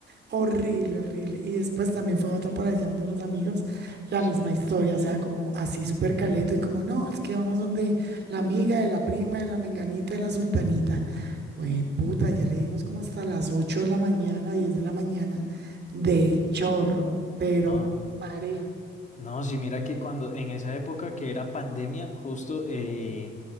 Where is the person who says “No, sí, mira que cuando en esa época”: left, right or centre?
Left